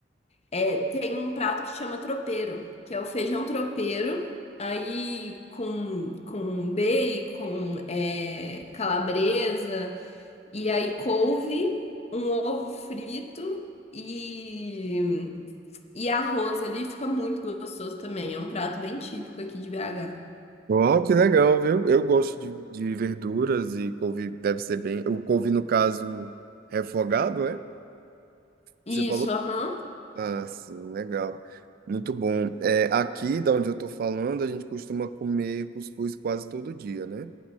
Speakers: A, on the left (about 35°); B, on the right (about 50°).
A: É, tem um prato que chama tropeiro, que é o feijão tropeiro, aí com, com bacon, é, calabresa, e aí couve, um ovo frito e, e arroz ali, fica muito gostoso também. É um prato bem típico aqui de BH.
B: Uau, que legal, viu? Eu gosto de, de verduras e couve deve ser bem. O couve, no caso, refogado, é?
A: Isso,
B: Você falou?
A: aham.
B: Ah, sim, legal. Muito bom. É, aqui, da onde eu estou falando, a gente costuma comer cuscuz quase todo dia, né?